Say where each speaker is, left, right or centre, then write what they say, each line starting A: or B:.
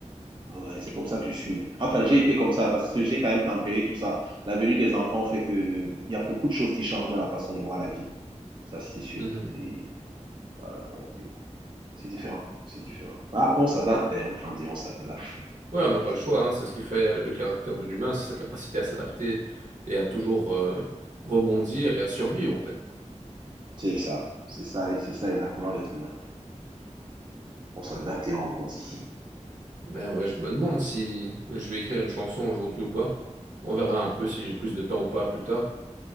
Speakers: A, on the right (about 40°); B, on the right (about 85°).
A: Ouais, c'est comme ça que je suis. Enfin, j'ai été comme ça parce que j'ai quand même tempéré tout ça. La venue des enfants fait que il y a beaucoup de choses qui changent dans la façon de voir la vie. Ça, c'est sûr.
B: Mhm.
A: C'est, voilà, donc, euh, c'est différent. C'est différent. Après, on s'adapte, hein, Enfin, on grandit, on s'adapte.
B: Ouais, on n'a pas
A: C'est-
B: le choix, hein. C'est ce qui fait le caractère de l'humain, c'est sa capacité à s'adapter et à toujours euh, rebondir et à survivre en fait.
A: C'est ça. C'est ça, les- c'est ça exactement l'être humain. On s'adapte et on rebondit.
B: Mais ouais, je me demande si je vais écrire une chanson aujourd'hui ou pas. On verra un peu si j'ai plus de temps ou pas plus tard.